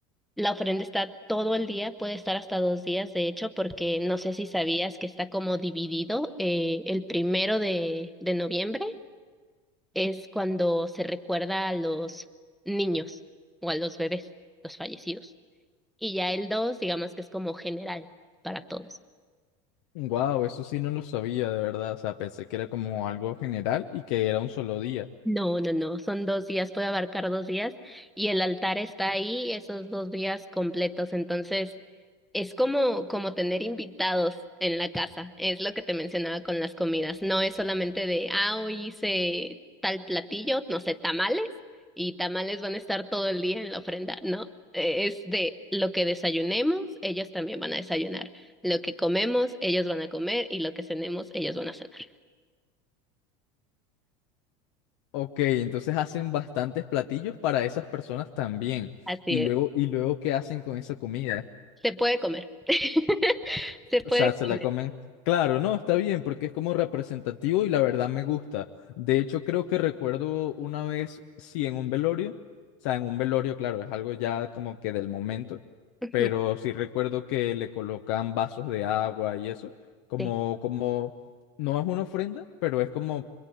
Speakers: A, in the centre; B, on the left.
A: la ofrenda está todo el día, puede estar hasta dos días, de hecho, porque no sé si sabías que está como dividido eh, el primero de, de noviembre es cuando se recuerda a los niños o a los bebés, los fallecidos. Y ya el 2 digamos que es como general para todos.
B: Wow, eso sí no lo sabía, de verdad. O sea, pensé que era como algo general y que era un solo día.
A: No, no, no, son dos días, puede abarcar dos días y el altar está ahí esos dos días completos, entonces es como, como tener invitados en la casa, es lo que te mencionaba con las comidas, no es solamente de, ah, hoy hice tal platillo, no sé, tamales y tamales van a estar todo el día en la ofrenda, no, eh, es de lo que desayunemos, ellos también van a desayunar, lo que comemos, ellos van a comer y lo que cenemos, ellos van a cenar.
B: Ok, entonces hacen bastantes platillos para esas personas también.
A: Así
B: Y
A: es.
B: luego, y luego, ¿qué hacen con esa comida?
A: Se puede comer. <laughs> Se puede
B: O sea, se
A: comer.
B: la comen. Claro, no, está bien, porque es como representativo y la verdad me gusta. De hecho, creo que recuerdo una vez, sí, en un velorio. O sea, en un velorio, claro, es algo ya como que del momento.
A: <laughs>
B: Pero
A: Ujú,
B: sí recuerdo que le colocan vasos de agua y eso. Como,
A: Sí,
B: como, no es una ofrenda, pero es como